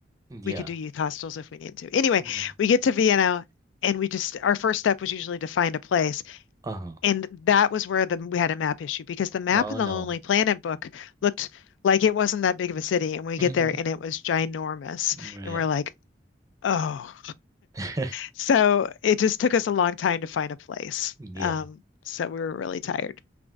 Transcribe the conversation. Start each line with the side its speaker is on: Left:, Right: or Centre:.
Right: Yeah.
Left: we could do youth hostels if we needed to. Anyway,
Right: Yeah.
Left: we get to Vienna and we just our first step was usually to find a place.
Right: Uh-huh.
Left: And that was where the we had a map issue because the map
Right: Oh
Left: in the
Right: no.
Left: Lonely Planet book looked like it wasn't that big of a city. And we get
Right: Mm-hmm.
Left: there and it was ginormous.
Right: Right.
Left: And we're like, oh.
Right: <laughs>
Left: So it just took us a long time to find a place.
Right: Yeah.
Left: Um, so we were really tired.